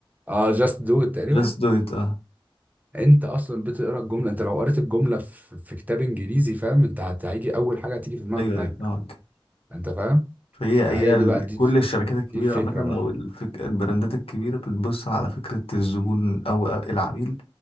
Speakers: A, on the right; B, on the left.
A: اه جاست دو تقريبا
B: جاست دو ات اه
A: انت اصلا بتقرا الجمله انت لو قريت الجمله في, في كتاب انجليزي فاهم انت هت- هيجي اول حاجه هتيجي في دماغك
B: ايوه
A: نايك
B: ايوه فاهمك
A: انت فاهم
B: فهي
A: ما
B: هي
A: هي دي
B: ال-
A: بقى دي
B: كل
A: الف-
B: الشركات الكبيره
A: دي الفكره
B: عامه
A: بقى
B: او الفك... البراندات الكبيره بتبص على فكره الزبون او العميل